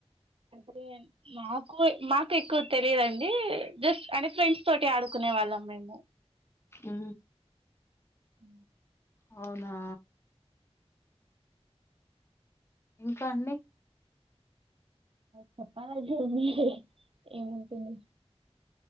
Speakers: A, on the right; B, on the left.
A: అంటే మాకు మాకు ఎక్కువ తెలియదుండి జస్ట్ అంటే ఫ్రెండ్స్ తోటి ఆడుకునే వాళ్ళం మేము
B: ఆ
A: అ
B: అవునా ఇంకా అండి
A: చప్పాల జమ ఏమంటంది